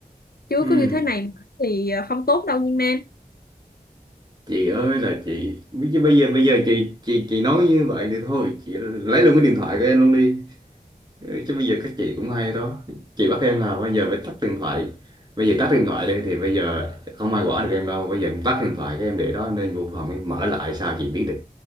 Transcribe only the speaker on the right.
ừm.
chị ơi là chị chứ bây giờ bây giờ chị chị chị nói như vậy thì thôi chị lấy luôn cái điện thoại của em luôn đi Ừ, chứ bây giờ các chị cũng hay đó chị bắt em là bây giờ phải tắt điện thoại bây giờ tắt điện thoại đi thì bây giờ không ai quản được em đâu bây giờ em tắt điện thoại các em để đó em lên vô phòng em mở lại sao chị biết được